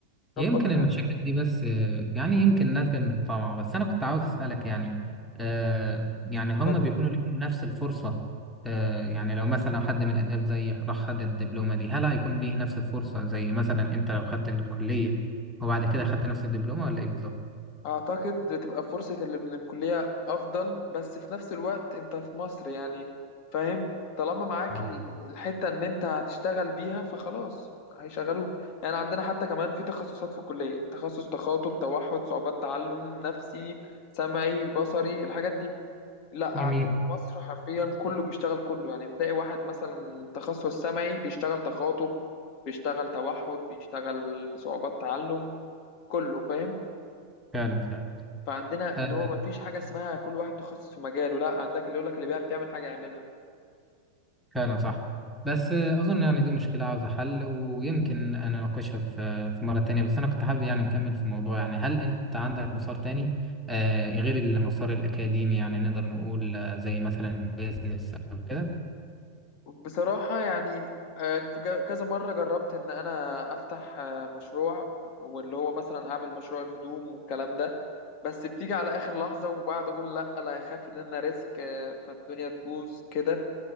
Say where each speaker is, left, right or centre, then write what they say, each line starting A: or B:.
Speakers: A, in the centre; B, on the left.
A: يمكن
B: ربك
A: المشاكل دي بس آه، يعني يمكن ناتجة من الطمع بس أنا كنت عاوز أسألك يعني آه يعني هم
B: اتفضل
A: بيكونوا ليهم نفس الفرصة آه يعني لو مثلا حد من آداب زي راح خد الدبلومة دي هل هيكون ليه نفس الفرصة زي مثلا أنت لو خدت الكلية وبعد كده خدت نفس الدبلومة ولا إيه بالظبط؟
B: أعتقد تبقى فرصة اللي من الكلية أفضل بس في نفس الوقت أنت في مصر يعني فاهم طالما معاك
A: اه
B: ال- الحتة إن أنت هتشتغل بيها فخلاص هيشغلوك يعني عندنا حتى كمان في تخصصات في الكلية تخصص تخاطب توحد صعوبات تعلم نفسي سمعي بصري الحاجات دي لا
A: جميل
B: عندنا في مصر حرفيا كله بيشتغل كله يعني بتلاقي واحد مثلا تخصص سمعي بيشتغل تخاطب بيشتغل توحد بيشتغل صعوبات تعلم كله فاهم
A: فعلا فعلا
B: فعندنا
A: آه
B: اللي هو ما فيش حاجة اسمها كل واحد متخصص في مجاله لا عندك اللي يقولك اللي بيعرف يعمل حاجة يعملها
A: فعلا صح بس اظن يعني دي مشكله عاوزه حل ويمكن انا اناقشها في في مره تانية بس انا كنت حابب يعني نكمل في الموضوع يعني هل انت عندك مسار تاني آه غير المسار الاكاديمي يعني نقدر نقول آه، زي مثلا بيزنس او كده
B: بصراحة يعني آه، في ج- كذا مرة جربت إن أنا أفتح آه، مشروع واللي هو مثلا أعمل مشروع الهدوم والكلام ده بس بتيجي على آخر لحظة وبعد أقول لأ لا أخاف إن أنا ريسك آه، فالدنيا تبوظ كده